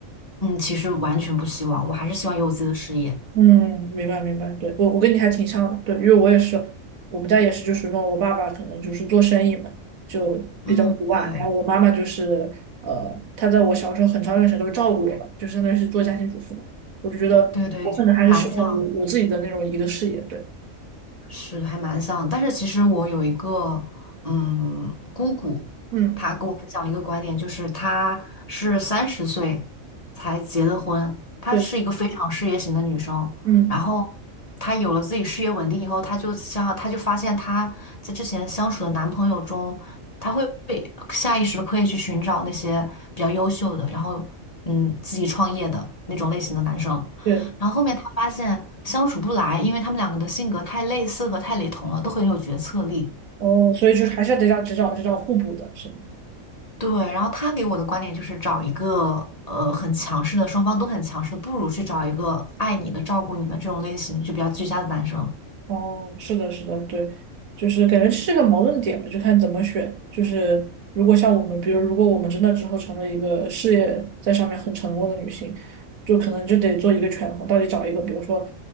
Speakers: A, on the left; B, on the right.
A: 嗯其实完全不希望，我还是希望有我自己的事业。
B: 嗯，明白明白，对，我我跟你还挺像的，对，因为我也是，我们家也是，就属于那种我爸爸可能就是做生意嘛，就比较独爱，
A: 嗯，对
B: 然后我妈妈就是呃，她在我小时候很长一段时间都照顾我吧，就相当于是做家庭主妇嘛，我就觉得我可能还是希望有有自己的那种一个事业，
A: 对对，蛮想。
B: 对，
A: 是还蛮像的但是其实我有一个嗯姑姑，
B: 嗯，
A: 她跟我分享一个观点，就是她是三十岁才结的婚，她是一个非常事业型的女生，
B: 对，嗯，
A: 然后她有了自己事业稳定以后，她就像她就发现她在之前相处的男朋友中，她会下意识地刻意去寻找那些比较优秀的，然后嗯自己创业的那种类型的男生。
B: 对，
A: 然后后面他发现相处不来，因为他们两个的性格太类似和太雷同了，都很有决策力。
B: 哦，所以就是还是要得找只找只找互补的，是吗？
A: 对，然后他给我的观点就是找一个呃很强势的，双方都很强势的，不如去找一个爱你的、照顾你的这种类型就比较居家的男生。
B: 哦，是的，是的，对，就是感觉是个矛盾点嘛，就看怎么选。就是如果像我们，比如如果我们真的之后成了一个事业在上面很成功的女性，就可能就得做一个权衡，到底找一个，比如说，